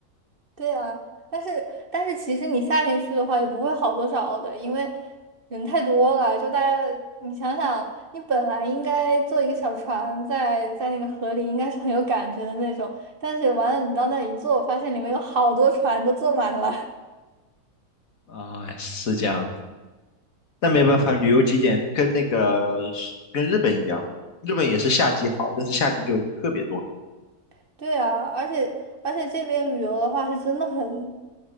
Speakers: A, on the right; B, on the left.
A: 对啊，但是但是其实你夏天去的话也不会好多少的，因为人太多了。就大家，你想想，你本来应该坐一个小船在在那个河里，应该是很有感觉的那种。但是完了，你到那一坐，发现里面有好多船都坐满了。
B: 的啊，是这样的那没办法，旅游景点跟那个跟日本一样，日本也是夏季好，但是夏季就人特别多，
A: <laughs> 对啊，而且而且这边旅游的话是真的很，